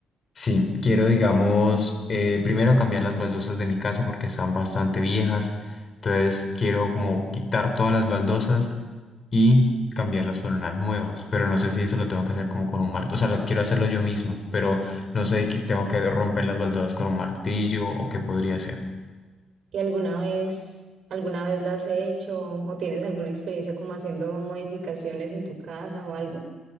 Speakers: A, on the left (about 40°); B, on the right (about 65°).
A: Sí, quiero, digamos, eh, primero cambiar las baldosas de mi casa porque están bastante viejas. Entonces quiero como quitar todas las baldosas y cambiarlas por unas nuevas. Pero no sé si eso lo tengo que hacer como con un martillo. O sea, lo quiero hacerlo yo mismo, pero no sé que tengo que romper las baldosas con un martillo o qué podría hacer.
B: ¿Y alguna vez, alguna vez lo has hecho o tienes alguna experiencia como haciendo modificaciones en tu casa o algo?